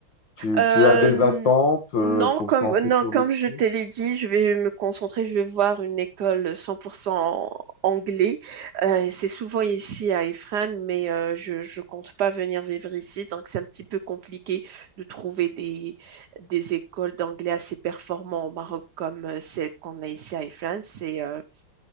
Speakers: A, on the left (about 60°); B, on the right (about 60°).
A: Tu,
B: Euh,
A: tu as des attentes, euh,
B: non,
A: pour
B: comme,
A: son futur
B: non, comme
A: métier?
B: je te l'ai dit, je vais me concentrer, je vais voir une école 100% anglais. Euh, c'est souvent ici à Ifrane, mais euh, je, je compte pas venir vivre ici, donc c'est un petit peu compliqué de trouver des, des écoles d'anglais assez performantes au Maroc comme euh, celles qu'on a ici à Ifrane. C'est euh,